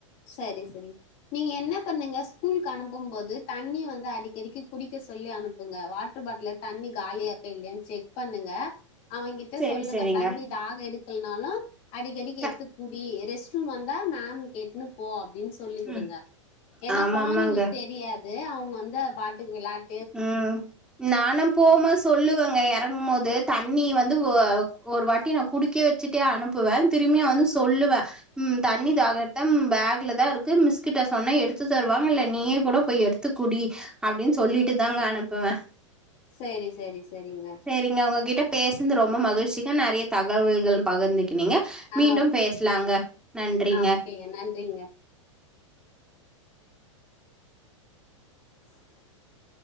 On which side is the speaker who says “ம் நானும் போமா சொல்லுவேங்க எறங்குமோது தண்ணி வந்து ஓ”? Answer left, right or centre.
Centre